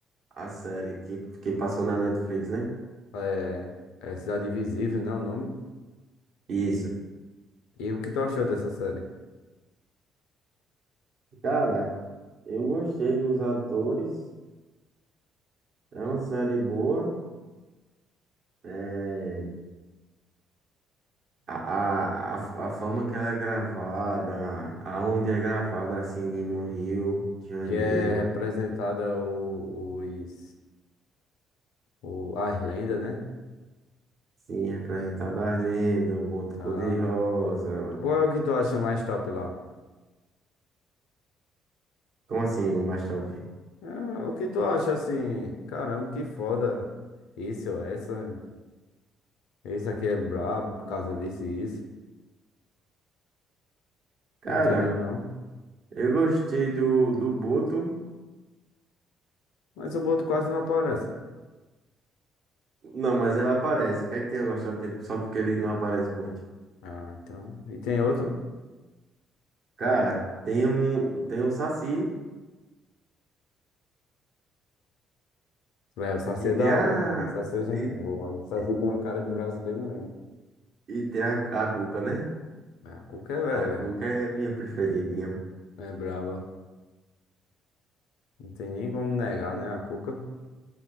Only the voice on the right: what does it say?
a série que, que passou na Netflix, né?
Isso.
Cara, eu gostei dos atores. É uma série boa. É... A, a, a, a forma que ela é gravada, aonde é gravada, assim, no Rio de Janeiro.
Sim, representada as lendas, o Boto
Cor-de-Rosa.
Como assim, o mais top?
Cara.
Eu gostei do, do Boto.
Não, mas ele aparece. Quer que tenha gostado dele só porque ele não aparece muito.
Cara, tem um, tem um Saci
e
tem
a.
E,
e
tem a, a Cuca, né?
A Cuca
é minha preferidinha.